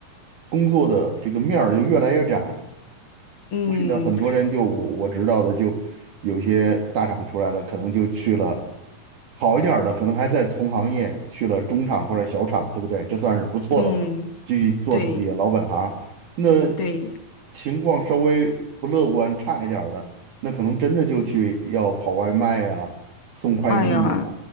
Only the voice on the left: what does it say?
嗯
嗯，
对
对，
哎呀。